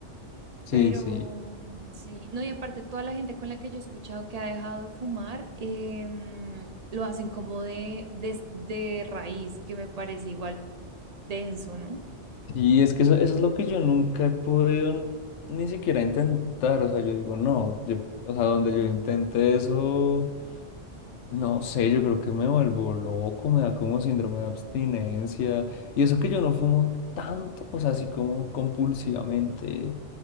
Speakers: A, on the left (about 75°); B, on the right (about 40°).
A: Sí,
B: pero
A: sí.
B: mm, sí, no, y aparte toda la gente con la que yo he escuchado que ha dejado de fumar, em, lo hacen como de, de de raíz, que me parece igual denso, ¿no?
A: Y es que eso, eso es lo que yo nunca he podido ni siquiera intentar. O sea, yo digo, no, yo, o sea, donde yo intente eso, no sé, yo creo que me vuelvo loco, me da como síndrome de abstinencia. Y eso que yo no fumo tanto, o sea, así como compulsivamente